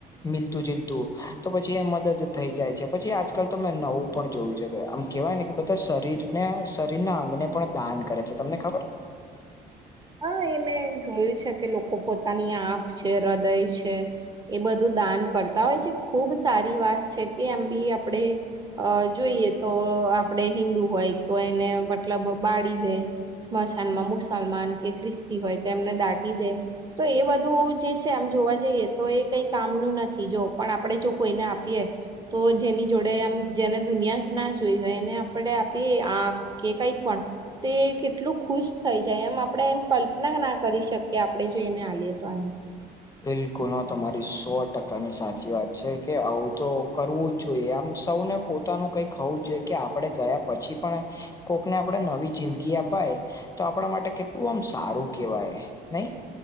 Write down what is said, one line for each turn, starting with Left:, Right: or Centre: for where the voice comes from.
Left: મીલતું જીલતું તો પછી એ મદદ થઈ જાય છે, પછી આજકાલ તો મેમે નવું પણ જોયું છે કે આમ કેવાય ને કે બધા શરીરને શરીરના અંગને પણ દાન કરે છે, તમને ખબર?
Right: હા, એ મેં જોયું છે કે લોકો પોતાની આંખ છે, હૃદય છે એ બધું દાન કરતા હોય છે, ખુબ સારી વાત છે કે એમ બી આપણેે અ જોઈએ તો આપડે હિન્દુ હોય તો એને મતલબ બાળી દે શમશાન મુસલમાન એ ખ્રિસ્તી હોય તો એમને દાટી દે, તો એ બધું જે છે આમ જોવા જઈએ તો એ કંઈ કામનું નથી જો પણ આપણેે જો કોઈને આપીએ તો જેની જોડે આમ જેને દુનિયા જ ના જોઈ હોય એને આપણે આપીએ આંખ કે કઈ પણ તો કેટલું ખુશ થઈ જાય, એમ આપણે એમ કલ્પના ના કરી શકીએ, આપણે જોઈને આલીએ તો એમ
Left: બિલકુલ હ તમારી સો ટકાની સાચી વાત છે કે, આવું તો કરવું જ જોઈએ એમ સૌને પોતાનું કઈક હોવું જ જોઈએ, કે આપડે ગયા પછી પણ કોકને આપડણે નવી જિંદગી અપાય તો આપણા માટે કેટલું આમ સારું કેહેવાય નહી,